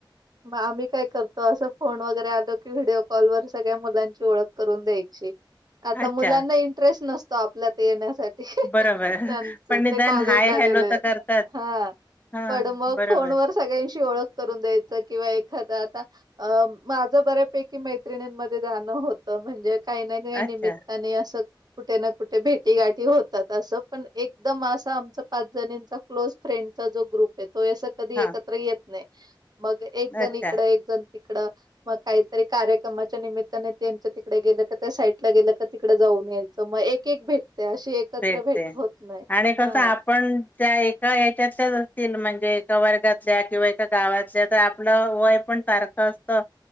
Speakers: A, on the right; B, on the left.
A: म आम्ही काय करतो असं फोन वगैरे आलो की व्हिडिओ कॉल वर सगळ्या मुलांची ओळख करून द्यायची आता
B: अच्छा
A: मुलांना इंटरेस्ट नस तो आपल्या येण्यासाठी
B: बरोबर
A: त्यांच
B: पण निदान
A: ते कॉलेजला
B: हाय हॅलो
A: गेलं
B: तर करतात
A: हं,
B: हा
A: पण मग
B: बरोबर
A: फोनवर ओळ करून द्यायच किंवा एखा आता माझं बऱ्यापैकी मैत्रिमध्ये जाणं होत म्हणजे काहीना काही
B: अच्छा
A: निमित्ताने असं कुठे ना कुठे भेटीगाठी होतात, असं पण एकदम असं आमचा पाच जणींचा क्लोज फ्रेंडचा जो ग्रुप आहे. तो असं कधी
B: हा
A: एक येत नाही. मग एकजण
B: अच्छा
A: इकडं एकजण तिकडं मग काहीतरी कार्यक्रमाच्या निमित्ताने त्यांच्या तिकडं गेलं क त्या साईटला गेलं तर तिकडं जाऊन याय च मग एक एक भेटत्या अशी एकत्र
B: भेटते
A: भेट होत नाही
B: आणि कसं
A: हां.
B: आपण त्या एक <unintelligible> असतील म्हणजे एका वर्गात ल्या किंवा एका गावातल्या तर आपलं वय पण सारखं असतं.